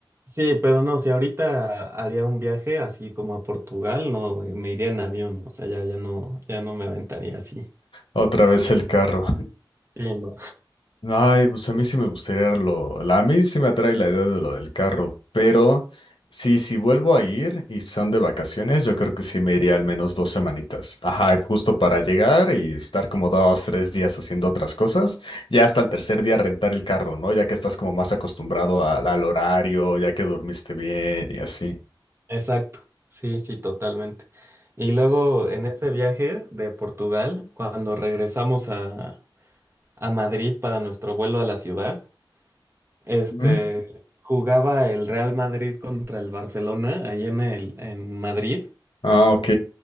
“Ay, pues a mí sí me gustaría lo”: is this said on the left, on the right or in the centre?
Left